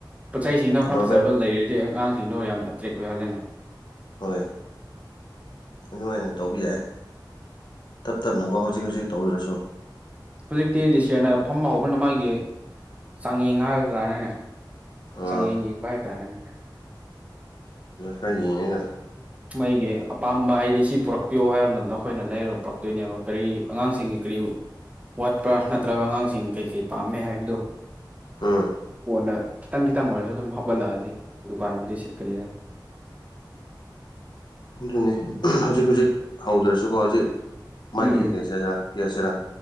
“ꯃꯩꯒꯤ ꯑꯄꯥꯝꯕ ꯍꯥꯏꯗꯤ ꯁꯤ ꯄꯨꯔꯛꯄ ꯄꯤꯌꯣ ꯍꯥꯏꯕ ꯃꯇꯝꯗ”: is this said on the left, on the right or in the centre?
Right